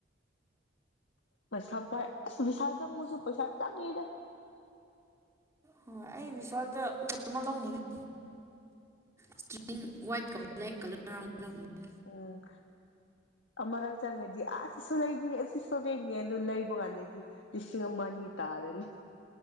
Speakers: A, on the left; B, on the right.
A: ꯄꯩꯁꯥ ꯄꯥꯏ ꯕꯤꯁꯥꯜ ꯆꯪꯉꯨꯁꯨ ꯄꯩꯁꯥ ꯆꯪꯉꯤꯗ
B: ꯍꯣꯏ ꯑꯩ ꯕꯤꯚꯤꯁꯥꯜꯗꯆ ꯑꯃ ꯂꯧꯅꯤꯡꯉ ꯏꯁꯀꯔꯤ ꯋꯥꯏꯠ ꯀ ꯕ꯭ꯂꯦꯛ ꯀꯂꯔ ꯂꯧꯅꯤꯡꯉꯦ
A: ꯎꯝ ꯑꯃꯛ ꯆꯪꯉꯗꯤ ꯑꯥ ꯁꯤꯁꯨ ꯂꯩꯅꯤꯡꯉꯦ ꯁꯤꯁꯨ ꯂꯩꯅꯤꯡꯉꯦ ꯑ ꯑꯗꯨ ꯂꯩꯕ ꯀꯥꯟꯗꯗꯤ ꯂꯤꯁꯤꯡ ꯑꯃ ꯑꯅꯤ ꯇꯥꯔꯅꯤ